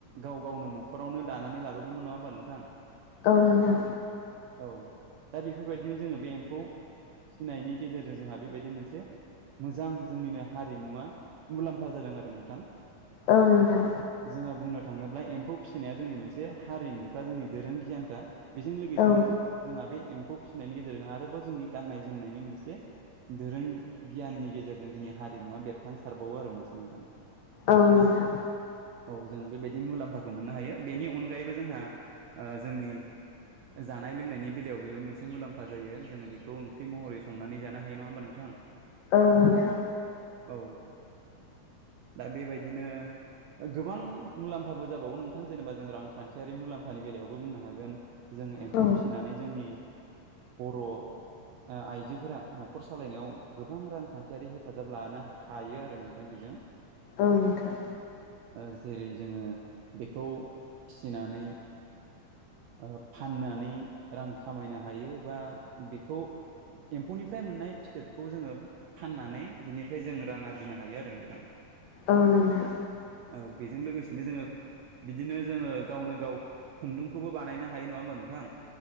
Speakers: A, on the right (about 75°); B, on the left (about 80°).
A: गाव गावनो न'खरावनो दानानै लाबोदोंमोन नङा होमबा नोंथां?
B: औ नोंथां।
A: औ दा बेफोरबायदिनो जोंङो बे एम्फौ फिनायनि गेजेरजों जोंहा बेबायदि मोनसे मोजां जोंनिनो हारिमुवा मुलाम्फा जादों आरो नोंथां।
B: औ नोंथां।
A: जोंहा बुंनो थाङोब्ला एम्फौ फिसिनाया जोंनि मोनसे हारिमु बा जोंनि दोरों गियानखा बेजों लोगोसेनो
B: औ
A: जोंहा बे एम्फौ फिसिनायनि गेजेरजों आरोबाव जोंनि गाननाय जोमनायनि मोनसे धोरों गियाननि गेजेरजों जोंनि हारिमुवा बेरखांसारबावो आरो मोनसे नोंथां।
B: औ नोंथां।
A: औ जों बेबायदि मुलाम्फाखौ मोननो हायो बेनि अनगायैबो जोंहा ओ जोंनि जानाय लोंनाय नि बेलायाव बेबो मोनसे मुलाम्फा जायो जोङो बेखौ ओंख्रि महरै संनानै जानो हायो नङा होमबा नोंथां?
B: ओं नोंथां।
A: औ दा बेबायदिनो गोबां मुलाम्फाबो जाबावगोन नोंथां जेनोबा जों रांखान्थियारि मुलाम्फानि बेलायावबो बुंनो हागोन। जोङो एम्फौ
B: औ नोंथां औ
A: फिसिनानै जोंनि बर' ओ आइजोफोरा न'खर सालायनायाव गोबां रांखान्थियारि हेफाजाब लानो हायो आरो नोंथां बेजों।
B: औ नोंथां।
A: ओ जेरै जोङो बेखौ फिसिनानै ओ फाननानै रां खामायनो हायो बा बेखौ एम्फौनिफ्राय मोननाय फिथोबखौ जोङो फाननानै बिनिफ्राय जों रां आरजिनो हायो आरो नोंथां।
B: औ नोंथां।
A: औ बेजों लोगोसेनो जोङो बिदिनो जोङो गावनो गाव खुन्दुंखौबो बानायनो हायो नङा होमबा नोंथां?